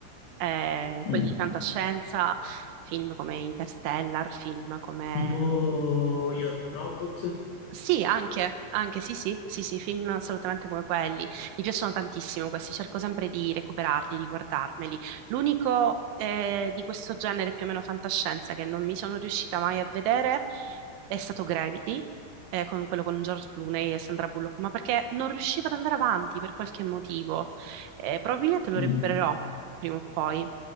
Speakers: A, on the right (about 75°); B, on the left (about 70°).
A: eh,
B: Mm.
A: quelli di fantascienza, film come Interstellar, film come
B: Tipo Yo Robot?
A: Sì, anche, anche, sì, sì, sì, sì, film assolutamente come quelli. Mi piacciono tantissimo questi, cerco sempre di recuperarli, di guardarmeli. L'unico eh, di questo genere più o meno fantascienza che non mi sono riuscita mai a vedere è stato Gravity, eh, con quello con George Clooney e Sandra Bullock, ma perché non riuscivo ad andare avanti per qualche motivo. Eh, probabilmente lo
B: Mm.
A: recupererò prima o poi.